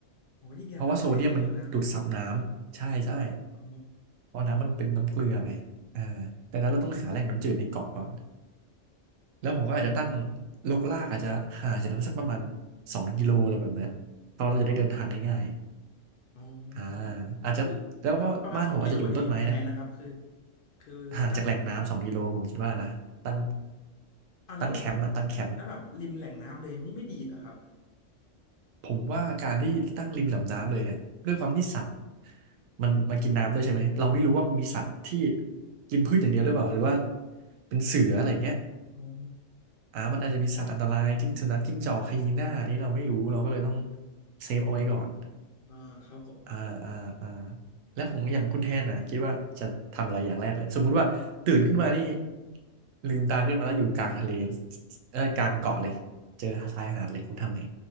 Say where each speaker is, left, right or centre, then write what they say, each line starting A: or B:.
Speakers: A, on the left; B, on the right.
A: โอ้ยิ่งเย็นน้ำทะเลยิ่งหิวน้ำ
B: เพราะว่าโซเดียมมันดูดซับน้ำใช่ใช่
A: โอ๋
B: เพราะน้ำมันเป็นน้ำเกลือไงอ่าดังนั้นเราต้องหาแหล่งน้ำจืดในเกาะก่อนแล้วผมก็อาจจะตั้งลกลากอาจจะห่างจากนั้นสักประมาณสองกิโลอะไรแบบเนี้ยเพราะเราจะได้เดินทางได้ง่าย
A: อ๋อ
B: อ่าอาจจะแล้วก็บ้านผมอาจจะอยู่ต้นไม้นะ
A: คือเดี๋ยวนะประมาณสองกิโลนี่ยังไงนะครับคือคือตั้ง
B: ห่างจากแหล่งน้ำสองกิโลผมคิดว่านะตั้ง
A: อ่ะแล้ว
B: ตั้งแคมป์อะตั้งแคมป์
A: แล้วแบบริมแหล่งน้ำเลยไม่ไม่ดีเหรอครับ
B: ผมว่าการที่ตั้งริมลำน้ำเลยเนี่ยด้วยความที่สัตว์มันมันกินน้ำด้วยใช่ไหมเราไม่รู้ว่ามันมีสัตว์ที่กินพืชอย่างเดียวหรือเปล่าหรือว่าเป็นเสืออะไรอย่างเงี้ย
A: อ๋อ
B: อ่ามันอาจจะมีสัตว์อันตรายจิ้งสุนัขจิ้งจอกไฮยีน่าอันนี้เราไม่รู้เราก็เลยต้องเซฟเอาไว้ก่อน
A: อ่าครับผมครับผม
B: อ่าอ่าอ่าแล้วของอย่างคุณแทนนะคิดว่าจะทำอะไรอย่างแรกเลยสมมุติว่าตื่นขึ้นมานี่ลืมตาขึ้นมาแล้วอยู่กลางทะเลเอ้ยกลางเกาะเลยเจอชายหาดเลยคุณทำไง